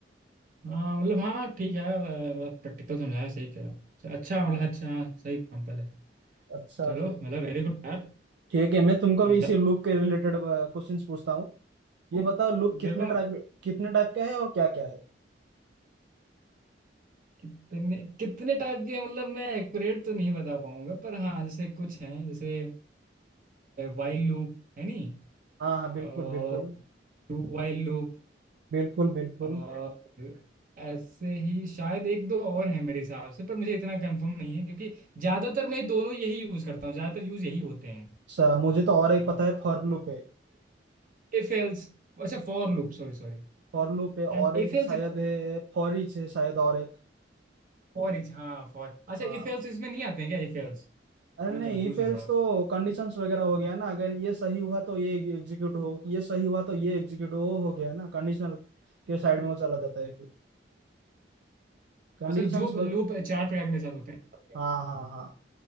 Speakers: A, on the right (about 50°); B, on the right (about 65°).
A: हाँ, मतलब हाँ ठीक है अ, मतलब प्रैक्टिकल समझाया सही कहा अच्छा
B: हाँ
A: मतलब अच्छा हाँ सही एग्जाम्पल है
B: अच्छा
A: चलो
B: फिर
A: मतलब वेरी गुड यार
B: ठीक है मैं तुमको
A: अ,
B: भी
A: द-
B: इसी लूप के रिलेटेड क्वेश्चंस पूछता हूँ ये बताओ लूप कितने
A: देखो
B: टाइप कितने टाइप का है और क्या क्या है
A: कितने कितने टाइप के हैं, मतलब मैं एक्यूरेट तो नहीं बता पाऊंगा पर हाँ जैसे कुछ हैं जैसे वाइल लूप है नहीं
B: हाँ हाँ बिल्कुल
A: और
B: बिल्कुल
A: टू वाइल लूप
B: बिल्कुल बिल्कुल
A: और ऐसे ही शायद एक दो और हैं मेरे हिसाब से पर मुझे इतना कंफर्म नहीं है क्योंकि ज्यादातर मैं दोनों यही यूज करता हूँ ज्यादातर यूज यही होते हैं
B: स- मुझे तो और एक
A: हाँ
B: पता है फॉर लूप है
A: If else अच्छा for loop sorry sorry
B: फॉर लूप है और
A: And
B: एक
A: if else
B: शायद है फॉर ईच है शायद और एक
A: For each हाँ फॉर अच्छा
B: हाँ
A: इफ एल्स इसमें नहीं आते हैं क्या इफ
B: अरे
A: मैं
B: नहीं
A: कंफ्यूज
B: इफ एल्स
A: हूँ थोड़ा
B: तो कंडीशंस वगैरह हो गया ना अगर ये सही हुआ तो ये एग्जीक्यूट हो ये सही हुआ तो ये एग्जीक्यूट हो हो गया ना कंडीशनल के साइड में वो चला जाता है फिर कंडीशंस
A: अच्छा जो लूप चार प्रकार के मेरे साथ होते हैं
B: हाँ हाँ हाँ